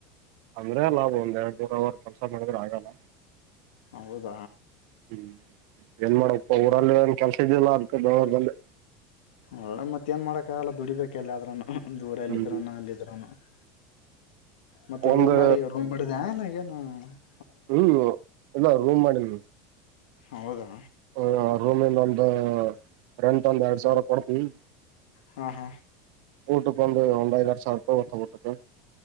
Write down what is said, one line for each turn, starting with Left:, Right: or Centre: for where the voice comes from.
Right: ಅಂದ್ರೆ ಲಾಭ ಒಂದ್ ಎರಡು ನೂರ ಅವರ್ <unintelligible> ಕೆಲ್ಸ ಮಾಡಿದ್ರೆ ಆಗಲ್ಲ
Left: ಹೌದ
Right: ಹ್ಮ್ ಏನ್ ಮಾಡಪ್ಪ ಊರಲ್ಲಿ ಏನ್ ಕೆಲ್ಸ ಇದಿಲ್ಲ ಅದಕ ಬೆಂಗಳೂರು ಬಂದೆ
Left: ಒಳ್ಳೆ ಮತ್ತ್ ಏನ್ ಮಾಡಕ್ಕ ಆಗಲ್ಲ ದುಡಿಬೇಕ ಎಲ್ಲ ಅದ್ರೂನು ದೂರಲ್ಲಿದ್ರುನು
Right: ಹ್ಮ್
Left: ಅಲ್ಲಿದ್ರುನು <inaudible> <inaudible> ಮತ್
Right: ಒಂದು
Left: ರೂಮ್ ಬಾಡಿಗಿ ರೂಮ್ ಮಡಿದಾನ ಹ್ಮ್ <unintelligible>
Right: ಹ್ಮ್ ಅಲ್ಲ ರೂಮ್ ಮಾಡಿನಿ
Left: ಹೌದಾ
Right: ಹ ರೂಮಿಂದೊಂದು ಎಂಟ್ ಒಂದ ಎರಡ್ ಸಾವಿರ ಬಡಿ <unintelligible>
Left: ಹಾ ಹಾ.
Right: ಊಟುಕ್ ಒಂದು ಒಂದ್ ಐದರ್ ಸಾವ್ರ್ ರೂಪಾಯ್ ವೊತ್ತ್ ಊಟಕ್ಕ.